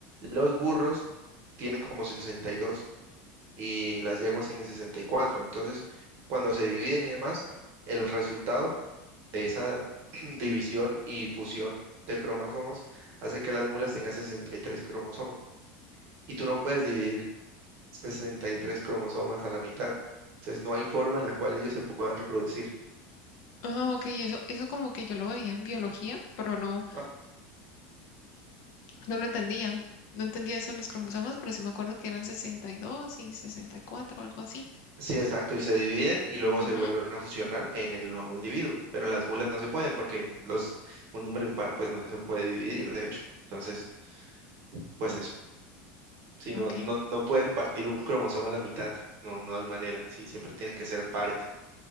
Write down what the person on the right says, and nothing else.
Los burros tienen como sesenta y dos y las yeguas tienen 64. Entonces, cuando se dividen y demás, el resultado de esa <clears throat> división y fusión de cromosomas hace que las mulas tengan 63 cromosomas. Y tú no puedes dividir 63 cromosomas a la mitad. Entonces no hay forma en la cual ellos se puedan reproducir.
Ah,
Sí, exacto, y se dividen y luego
se vuelven a fusionar en el nuevo individuo. Pero las mulas no se pueden porque los, un número impar pues no se puede dividir, de hecho. Entonces, pues eso. Sí,
no, no, no pueden partir un cromosoma a la mitad. No, no hay manera. Sí, siempre tienen que ser pares.